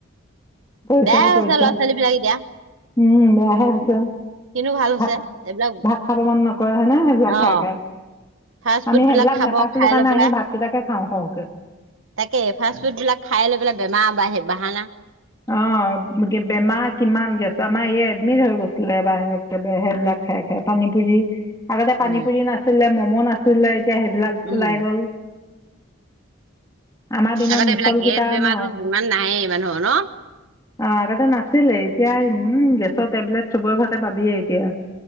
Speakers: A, on the left; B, on the right.
A: পইচাওঁ,
B: বেয়াহে
A: পইচাঁ।
B: হৈছে ল'ৰা ছোৱালী বিলাক এতিয়া
A: উম বেয়াহে হৈছে।
B: কিন্তু ভাল হৈছে
A: ভাত-ভাত
B: এইবিলাক
A: খাব মন নকৰে, হয়নে? সেইবিলাক
B: অ',
A: খাই খাই।
B: ফাষ্ট ফুড
A: আমি সেইবিলাক
B: বিলাক খাব
A: নেপাইছিলো
B: খাই
A: কাৰণে
B: লৈ পেলাই
A: আহি ভাতকেইটাকে খাওঁ সৰহকে।
B: তাকে ফাষ্ট ফুড বিলাক খাই লৈ পেলাই বেমাৰ বাঢ়ে বাহানা।
A: অ' <inaudible> বেমাৰ কিমান গেছ আমাৰ এই এডমিট হৈ গৈছিলে বা সেইবিলাক খাই খাই পানী পুৰি আগতে পানী
B: উম,
A: পুৰি নাছিলে মমো নাছিলে। এতিয়া সেইবিলাক
B: উম,
A: ওলাই গল আমাৰ দিনত
B: আকতে <inaudible>
A: মিছল
B: এইবিলাক গেছ
A: কেইটা
B: বেমাৰো
A: ন
B: ইমান নাহেই মানুহৰ ন
A: অ' আগতে নাছিলে এতিয়া উম গেছৰ টেবলেট চবৰে ঘৰতে পাবিয়েই এতিয়া।